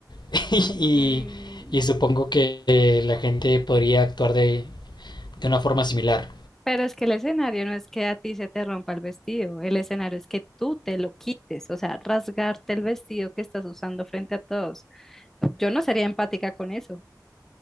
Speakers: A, on the left; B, in the centre.
A: <laughs> y,
B: Mm,
A: y supongo que eh, la gente podría actuar de, de una forma similar.
B: Pero es que el escenario no es que a ti se te rompa el vestido, el escenario es que tú te lo quites, o sea, rasgarte el vestido que estás usando frente a todos. Yo no sería empática con eso.